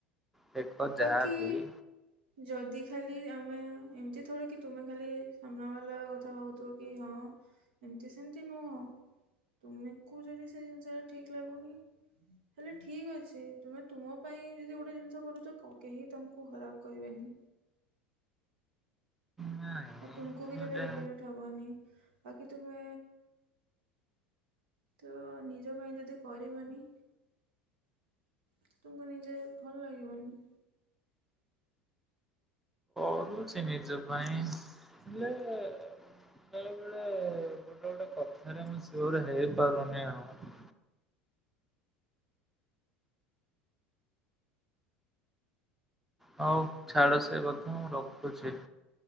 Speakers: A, in the centre; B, on the right (about 65°).
A: ଦେଖ ଯାହାବି।
B: ବାକି ଯଦି ଖାଲି ଆମେ ଏମତି ଥରେ କି ତୁମେ ଖାଲି ସାମ୍ନା ବାଲା କଥା ଭାବଥିବ କି ହଁ ଏମତି ସେମତି ନୁହ ତୁମକୁ ଯଦି ସେ ଜିନିଷା ଠିକ ଲାଗୁନି ହେଲେ ଠିକ ଅଛି ତୁମେ ତୁମ ପାଇଁ ଯଦି ଗୋଟେ ଜିନିଷ କରୁଛ। କେହି ତମକୁ ଖରାପ କହିବେନି।
A: ନାଇଁ
B: ଆଉ ତୁମକୁ ବି
A: ହେଲେ
B: କେବେ ରେଗରେଟ ହବନି ଆଉ କି ତୁମେ ତ ନିଜ ପାଇଁ ଯଦି କରିବନି ତ ତୁମକୁ ନିଜେ ଭଲ ଲାଗିବନି।
A: କରୁଛି ନିଜ ପାଇଁ ହେଲେ ବେଳେ ବେଳେ ଗୋଟେ ଗୋଟେ କଥାରେ ମୁଁ ସଓର ହେଇପାରୁନି ଆଉ। ହଉ ଛାଡ ସେ କଥା ମୁ ରଖୁଛି।